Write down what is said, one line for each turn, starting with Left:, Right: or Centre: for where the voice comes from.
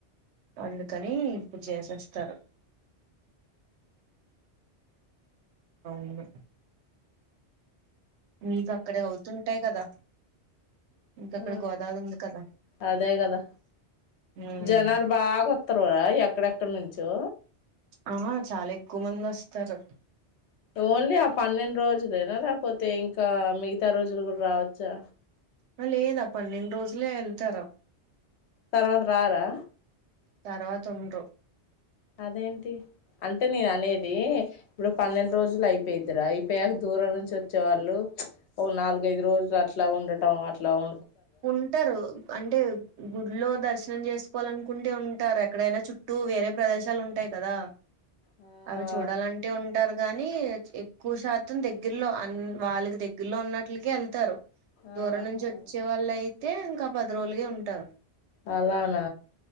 Right: అందుకని ఇప్పుడు చేసేస్తారు అవును మీకు అక్కడె అవుతుంటాయి కదా ఇంక
Left: హ
Right: అక్కడ గోదావరి ఉంది కదా
Left: అదే కదా
Right: ఉమ్
Left: జనాలు బాగాొస్తారుా కదా ఎక్కడెక్కడ నుంచో
Right: అహ చాలా ఎక్కువ మంది వస్తారు
Left: ఓన్లీ ఆ పన్నెండు రోజులేేనా లేకపోతే ఇంకా మిగతా రోజులు కూడ రావచ్చా
Right: ఆ లేదె ఆ పన్నెండు రోజులే వెళ్తారు
Left: తర్వాత రారా
Right: తర్వాత ఉండ్రు
Left: అదేంటి అంటే నేను అనేది ఇప్పుడు పన్నెండు రోజులు అయిపోయిద్దరా అయిపోయాక దూరం నుంచి వచ్చే వాళ్ళు ఒక నాలుగైఐదు రోజులు అట్లా ఉండటం అట్లా ఉ
Right: ఉంటారు అంటే గుడ్లో దర్శ నం చేసుకోవాలనుకుంటే ఉంటారు ఎక్కడైనా చుట్టూ వేరే ప్రదేశాలు ఉంటాయి కదా
Left: ఆ
Right: అవి చూడాలంటే ఉం అంటారు గాని ఎక్కువ శాతం దగ్గరలో అ వాళ్ళకి దగ్గరలో ఉన్నట్లకె వెళ్తారు
Left: ఆహా
Right: దూరం నుంచి వచ్చే వాళ్ళు అయితే ఇంకా పది రోజులుగె ఉంటారు
Left: అలానా